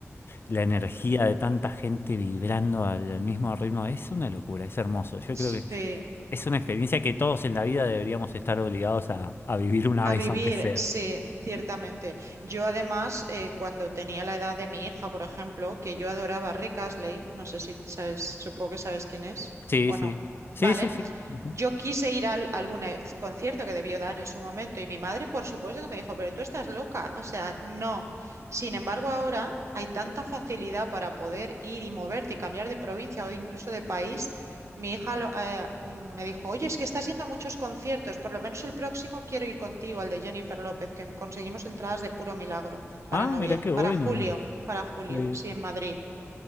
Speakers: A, on the left (about 45°); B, on the right (about 70°).
A: y la energía
B: Mm,
A: de tanta gente vibrando al, al mismo ritmo, es una locura, es hermoso. Yo creo
B: Sí,
A: que es una experiencia que todos en la vida deberíamos estar obligados a, a vivir una
B: A
A: vez,
B: vivir,
A: aunque sea.
B: sí, ciertamente. Yo además, eh, cuando tenía la edad de mi hija, por ejemplo, que yo adoraba a Rick Astley, no sé si sabes, supongo que sabes quién es
A: Sí,
B: o
A: sí.
B: no.
A: Sí,
B: Vale,
A: sí, sí. Ujú.
B: yo quise ir a al- algún eh, concierto que debió dar en su momento y mi madre, por supuesto, que me dijo, pero tú estás loca, o sea, no. Sin embargo, ahora hay tanta facilidad para poder ir y moverte y cambiar de provincia o incluso de país. Mi hija lo- eh, me dijo, oye, es que estás yendo a muchos conciertos, por lo menos el próximo quiero ir contigo, al de Jennifer López, que conseguimos entradas de puro milagro para
A: Ah,
B: noviem-
A: mira qué bueno.
B: para julio, para julio,
A: Sí.
B: sí, en Madrid.